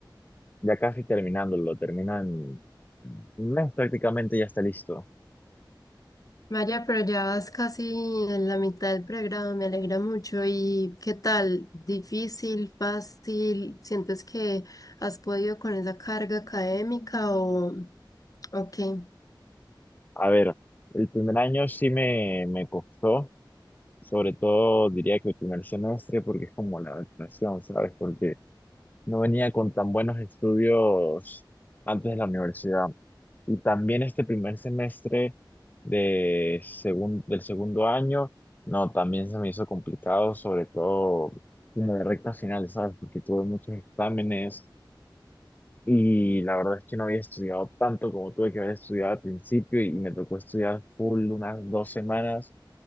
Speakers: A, on the left (about 20°); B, on the left (about 45°).
A: ya casi terminándolo, terminan un mes prácticamente ya está listo.
B: Vaya, pero ya vas casi en la mitad del programa. me alegra mucho. ¿Y qué tal? ¿Difícil, fácil? ¿Sientes que has podido con esa carga académica o, o qué?
A: A ver, el primer año sí me, me costó, sobre todo diría que el primer semestre, porque es como la vacunación, ¿sabes? Porque no venía con tan buenos estudios antes de la universidad. Y también este primer semestre de segun- del segundo año, no, también se me hizo complicado, sobre todo en la recta final, ¿sabes? Porque tuve muchos exámenes Y la verdad es que no había estudiado tanto como tuve que haber estudiado al principio y me tocó estudiar full unas dos semanas,